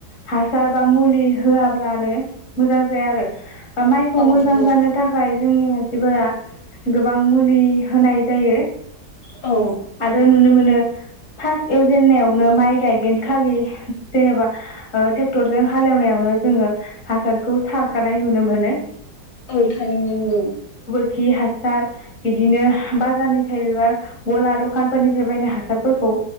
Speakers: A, on the left; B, on the left.
A: हासार बा मुलि होआब्लानो मोजां जाया आरो माइखौ
B: औ
A: मोजां
B: नंगौ
A: जानो थाखाय जोंनि मानसिफोरा गोबां मुलि होनाय जायो
B: औ
A: आरो नुनो मोनो फार्स्ट एवजेननायावनो माइ गायगोन खालि जेनेबा ओ ट्रेक्टरजों हालेवनायावनो जोङो हासारखौ सारखानाय नुनो मोनो
B: औ थारैनो नंगौ
A: खि हासार बिदिनो बाजारनिफ्राय बेबा गला दख खानफोरनिफ्राय बायनाय हासारफोरखौ